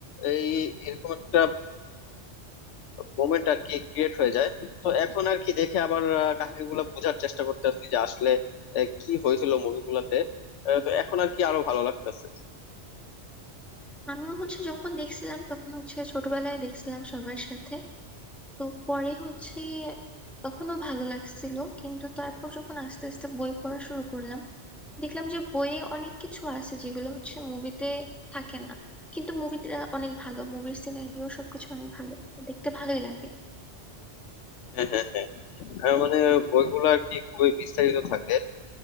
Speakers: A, on the left; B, in the centre.
A: এই এরকম একটা মোমেন্ট আর কি ক্রিয়েট হয়ে যায় তো এখন আর কি দেখে আবার
B: হুম
A: আহ,
B: হুম
A: কাহিনীগুলো বোঝার চেষ্টা করতেছি যে আসলে আহ, কি হয়েছিল মুভিগুলোতে তো এখন আর কি আরো ভালো লাগতেছে
B: আমিও হচ্ছে যখন দেখছিলাম তখন হচ্ছে ছোটবেলায় দেখছিলাম সবার সাথে তো পরে হচ্ছে তখনও ভালো লাগছিল কিন্তু তারপর যখন আস্তে আস্তে বই পড়া শুরু করলাম দেখলাম যে বইয়ে অনেক কিছু আছে যেগুলো হচ্ছে মুভিতে থাকে না কিন্তু মুভিটা অনেক ভালো মুভির সিনারিও সবকিছু অনেক ভালো দেখতে ভালোই লাগে
A: হ্যাঁ হ্যাঁ হ্যাঁ আহ, মানে বইগুলো আর কি খুবই বিস্তারিত থাকে